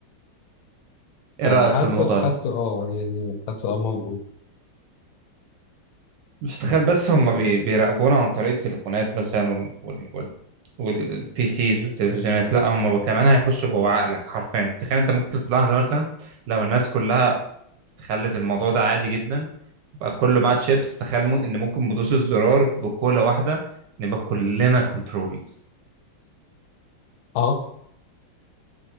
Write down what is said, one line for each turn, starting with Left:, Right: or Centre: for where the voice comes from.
Right: ايه
Left: آه،
Right: رأيك
Left: حاسه
Right: في الموضوع
Left: حاسه
Right: ده
Left: آه يعني حاسه آه موجود
Right: مش تخيل بس هم بي- بيراقبونا عن طريق التليفونات مثلا وال وال وال والبي سيز والتلفزيونات لا هم كمان هيخشوا جوه عقلك حرفيا تخيل انت ممكن في لحظة مثلا لو الناس كلها خلت الموضوع ده عادي جدا بقى كله معاه تشيبس تخيل مم- ان ممكن بدوسة زرار بكولة واحدة نبقى كلنا كنترول
Left: آه